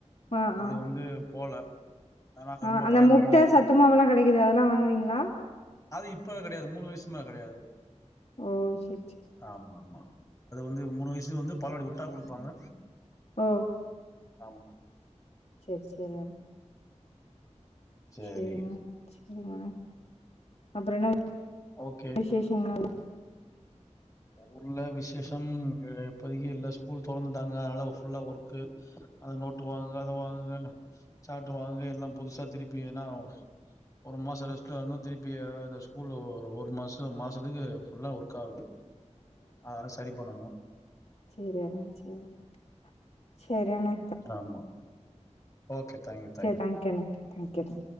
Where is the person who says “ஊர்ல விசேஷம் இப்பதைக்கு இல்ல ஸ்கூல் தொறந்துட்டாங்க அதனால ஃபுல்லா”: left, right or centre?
Left